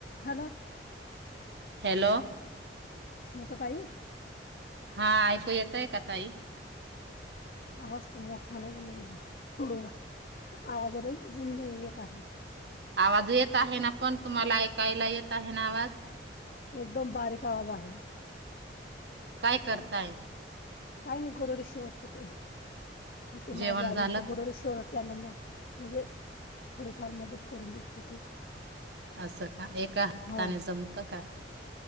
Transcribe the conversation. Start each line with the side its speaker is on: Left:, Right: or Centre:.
Left: Hello.
Right: Hello,
Left: सुनता ताई?
Right: हा ऐकू येतयं का ताई?
Left: आवाज त मोठ्या आणि ज आहे <unintelligible> हळू आवाजान जुंद येत आहे.
Right: आवाज येत आहे ना पण तुम्हाला ऐकायला येत आहे ना आवाज?
Left: एकदम बारीक आवाज आहे.
Right: काय करताय?
Left: काही नाही गोदडी शीवत होते. ते
Right: जेवण
Left: माझी
Right: झालं
Left: आईन ते गोदडी
Right: का
Left: शिवत त्यांना म म्हणजे थोडीफार मदत करून देत होते.
Right: आसं का एका हाताने
Left: हो
Right: जमतं का?